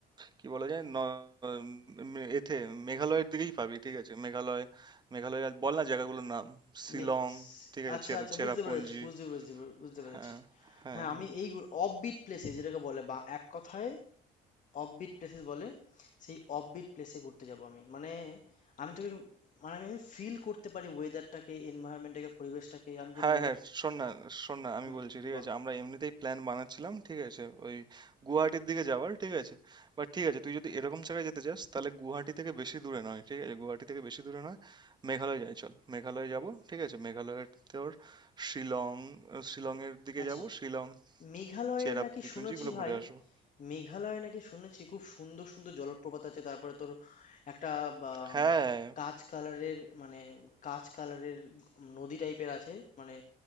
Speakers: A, on the right; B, on the left.
A: কি বলা যায় ন উম, এতে মেঘালয়ের দিকেই পাবি ঠিক আছে মেঘালয় মেঘালয় আর বল না জায়গাগুলোর নাম শিলং
B: মিক্স
A: ঠিক আছে
B: আচ্ছা
A: চেরা
B: আচ্ছা
A: চেরাপুঞ্জি
B: বুঝতে পেরেছি বুঝতে পেরেছি বুঝতে পেরেছি
A: হ্যাঁ হ্যাঁ
B: হ্যাঁ আমি
A: হ্যাঁ
B: এই অফবিট প্লেসে যেটাকে বলে বা এক কথায় অফবিট প্লেসেস বলে সেই অফবিট প্লেসে ঘুরতে যাব আমি মানে আমি তোকে মানে আমি ফিল করতে পারি ওয়েদারটাকে এনভায়রনমেন্টটাকে পরিবেশটাকে আমি যেন
A: হ্যাঁ
B: নিজের
A: হ্যাঁ শোন না শোন না আমি
B: হুম
A: বলছি ঠিক
B: বল
A: আছে আমরা এমনিতেই প্ল্যান বানাচ্ছিলাম ঠিক আছে ওই গুয়াহাটির দিকে যাওয়ার ঠিক আছে বাট ঠিক আছে তুই যদি এরকম জায়গায় যেতে চাস তাহলে গুয়াহাটি থেকে বেশি দূরে নয় ঠিক আছে গুয়াহাটি থেকে বেশি দূরে নয় মেঘালয় যাই চল মেঘালয় যাব ঠিক আছে মেঘালয়ের তোর শিলং শিলংয়ের দিকে
B: আচ্ছা
A: যাব শিলং
B: মেঘালয়ে
A: চেরাপুঞ্জি
B: নাকি শুনেছি
A: টুঞ্জি এগুলো
B: ভাই
A: ঘুরে আসবো
B: মেঘালয়ে নাকি শুনেছি খুব সুন্দর সুন্দর জলপ্রপাত আছে তারপরে তোর একটা বা,
A: হ্যাঁ
B: উম, কাঁচ কালারের মানে কাঁচ কালারের নদী টাইপের আছে মানে